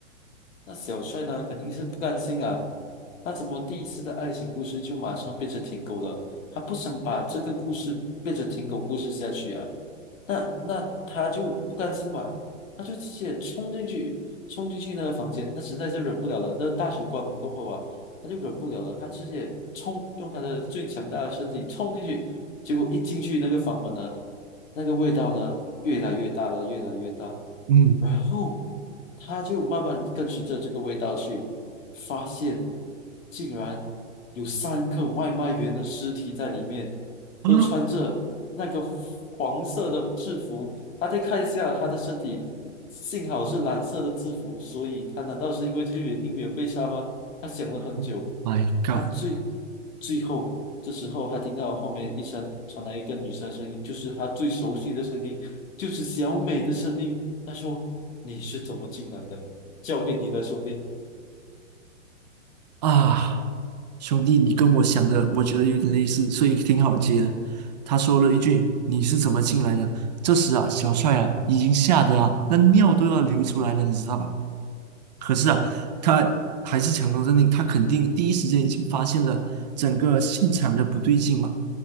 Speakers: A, on the left; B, on the right.
A: 那小帅呢，肯定是不甘心啊。他怎么第一次的爱情故事就马上变成舔狗了？他不想把这个故事变成舔狗故事下去啊。那那他就不甘心嘛，他就直接冲进去，冲进去那个房间，他实在是忍不了了。那大水关门过后啊，他就忍不了了，他直接冲，用他的最强大的身体冲进去。结果一进去那个房门呢，那个味道呢，越来越大了，越来越大了。
B: 嗯
A: 然后他就慢慢跟随着这个味道去，发现竟然有三个外卖员的尸体在里面，
B: 啊
A: 都穿着那个黄色的制服。他再看一下他的身体，幸好是蓝色的制服，所以他难道是因为这个原因没有被杀吗？他想了很久，
B: <gasps>，My God！
A: 他最最后这时候，他听到后面一声传来一个女生的声音，就是他最熟悉的声音，就是小美的声音。他说：“你是怎么进来的？交给你的，兄弟。”
B: 啊，兄弟，你跟我想的，我觉得有点类似，所以挺好接的。他说了一句：“你是怎么进来的？”这时啊，小帅啊，已经吓得啊，那尿都要流出来了，你知道吧？可是啊，他还是强装镇定，他肯定第一时间已经发现了整个现场的不对劲嘛，